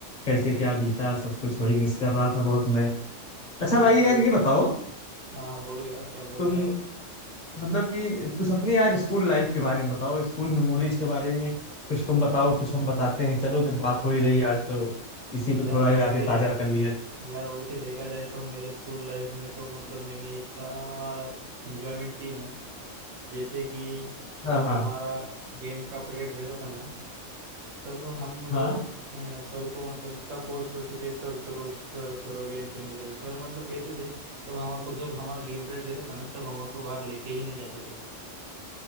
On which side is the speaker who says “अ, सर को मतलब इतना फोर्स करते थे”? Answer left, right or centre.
Right